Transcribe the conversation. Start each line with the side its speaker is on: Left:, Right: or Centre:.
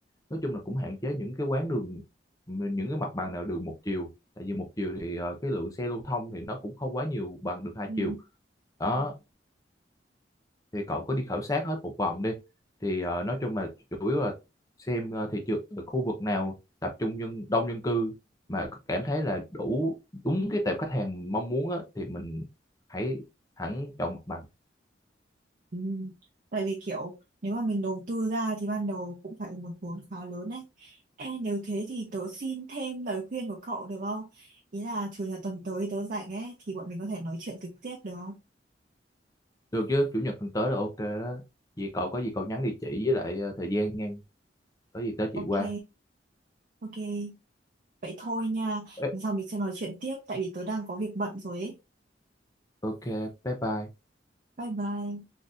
Left: nói chung là cũng hạn chế những cái quán đường những cái mặt bằng nào đường một chiều tại vì một chiều thì ờ, cái lượng xe lưu thông thì nó cũng không quá nhiều bằng đường hai
Right: Ừ.
Left: chiều đó thì cậu có đi khảo sát hết một vòng đi thì ờ, nói chung là chủ yếu là xem ờ, thị trường khu vực nào tập trung dân đông dân cư mà cảm thấy là đủ đúng cái tệp khách hàng mình mong muốn á, thì mình hãy hẳn chọn mặt bằng
Right: Ừ. Tại vì kiểu nếu mà mình đầu tư ra thì ban đầu cũng phải một vốn khá lớn đấy. Em nếu thế thì tớ xin thêm lời khuyên của cậu được không? Ý là chủ nhật tuần tới tớ rảnh ấy thì bọn mình có thể nói chuyện trực tiếp được không?
Left: được chứ chủ nhật tuần tới là ok đó vì cậu có gì cậu nhắn địa chỉ với lại ờ, thời gian ngang có gì tới chị
Right: Ok,
Left: qua
Right: ok. Vậy thôi nha.
Left: Ê,
Right: Lần sau mình sẽ nói chuyện tiếp tại vì tớ đang có việc bận rồi ấy.
Left: ok bye bye
Right: Bye bye.